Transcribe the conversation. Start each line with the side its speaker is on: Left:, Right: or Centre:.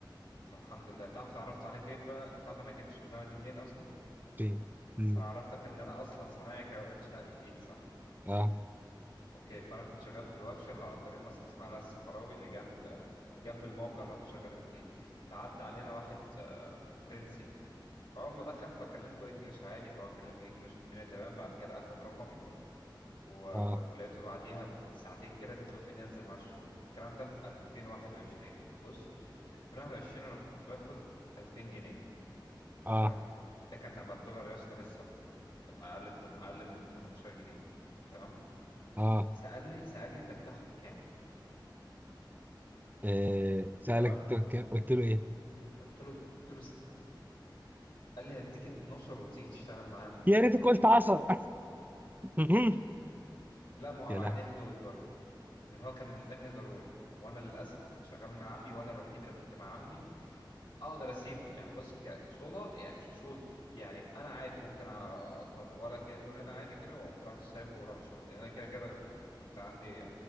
Left: الحمد لله تعرف اتعرفت عليه فين بقى تعرف انا جبت الشغلانه دي منين اصلا
Right: اوكي مم.
Left: انا عرفتك ان انا اصلا صنايعي كاوتش نقل تقيل صح
Right: اه
Left: اوكي فانا كنت شغال في الورشه اللي على طريق مصر اسماعيليه الصحراوي اللي جنب جنب الموقع اللي هم شغالين فيه فعدى علينا واحد آه، فرنسي فاول ما دخل فكلمته انجلش عادي فهو كلمني انجلش والدنيا تمام بعد كده اخد رقمي وب-
Right: اه
Left: ولقيته بعديها بساعتين كده بيطلب مني انزل مع الشغل الكلام ده في 2021 بص 2021 انا كنت باخد 2000 جنيه
Right: اه
Left: تمام ده كان لما الدولار يا اسطى لسه بت- اقل بتم... اقل من 18 جنيه تمام
Right: اه
Left: سالني سالني انت بتاخد كام
Right: آه، سألك
Left: تمام
Right: أنت كام قلت له ايه
Left: قلت له قلت له 6 قال لي هديك 12 وتيجي تشتغل معايا من
Right: يا
Left: بكره
Right: ريتك قلت 10 <laughs>
Left: لا ما
Right: يا
Left: هو عليه
Right: لا
Left: حدود برضه لان هو كان محتاجني ضروري وانا للاسف كنت شغال مع عمي وانا الوحيد اللي كنت مع عمي اقدر اسيبه يعني بص كاصولها يعني مش اصول يعني انا عادي ممكن أطن... ولا كانه هنا عادي كده واقوم راح سايبه وراح شغل لان انا كده كده كنت عندي